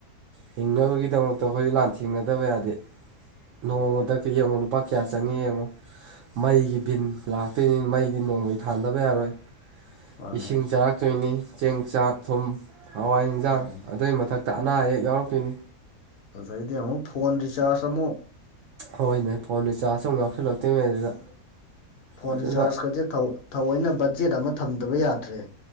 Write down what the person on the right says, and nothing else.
ꯍꯤꯡꯅꯕꯒꯤꯗꯃꯛꯇ ꯑꯩꯈꯣꯏ ꯂꯥꯟ ꯊꯦꯡꯅꯗꯕ ꯌꯥꯗꯦ
ꯅꯣꯡꯃꯗ ꯌꯦꯡꯉꯨ ꯂꯨꯄꯥ ꯀꯌꯥ ꯆꯪꯉꯤ ꯌꯦꯡꯉꯣ ꯃꯩꯒꯤ ꯚꯟ ꯂꯥꯛꯇꯣꯏꯅꯤ ꯃꯩꯗꯤ ꯅꯣꯡꯃꯩ ꯊꯥꯟꯗꯕ ꯌꯥꯔꯣꯏ
ꯏꯁꯤꯡ ꯆꯥꯔꯛꯇꯣꯏꯅꯤ ꯆꯦꯡ ꯆꯥꯛ ꯊꯨꯝ ꯍꯋꯥꯏ ꯏꯟꯁꯥꯡ
ꯑꯗꯨꯏ ꯃꯊꯛ ꯍ ꯑꯅꯥ ꯑꯌꯦꯛ ꯌꯥꯎꯔꯛꯇꯣꯏꯅꯤ
ꯍꯣꯏꯅꯦ ꯐꯣꯟꯗ ꯆꯥꯔꯖ ꯑꯃꯨꯛ ꯌꯥꯎꯁꯤꯜꯂꯛꯇꯣꯏꯅꯦ ꯑꯗꯨꯗ
ꯑꯗꯨꯅ